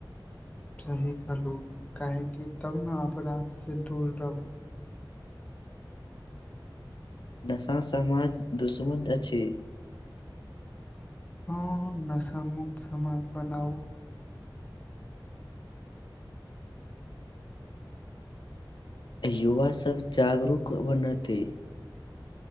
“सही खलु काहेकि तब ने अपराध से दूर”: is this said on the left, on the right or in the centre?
Left